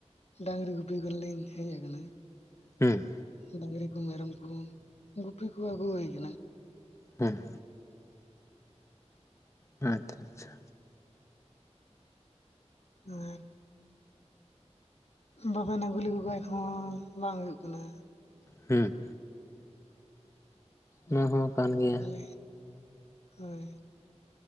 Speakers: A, on the left (about 65°); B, on the left (about 25°).
A: ᱰᱟᱹᱝᱨᱤ ᱜᱩᱯᱤ ᱠᱚᱞᱤᱧ ᱦᱮᱡ ᱟᱠᱟᱱᱟ᱾
B: ᱦᱩᱸ
A: ᱰᱟᱝᱨᱤ ᱠᱚ ᱢᱮᱨᱚᱢ ᱠᱚ ᱜᱩᱯᱤ ᱠᱚ ᱟᱹᱜᱩ ᱦᱩᱭ ᱠᱟᱱᱟ᱾
B: ᱦᱮᱸ ᱟᱪᱪᱷᱟ ᱟᱪᱪᱷᱟ᱾
A: ᱦᱮᱸ ᱵᱟᱵᱮᱱ ᱟᱹᱜᱩ ᱞᱮᱠᱩ ᱠᱷᱟᱡ ᱦᱚᱸ ᱵᱟᱝ ᱦᱩᱭᱩᱜ ᱠᱟᱱᱟ᱾
B: ᱦᱮᱸ
A: ᱦᱩᱸ
B: ᱱᱚᱣᱟ ᱦᱚᱸ ᱠᱟᱱ ᱜᱮᱭᱟ
A: ᱛᱟᱞᱮ ᱦᱳᱭ᱾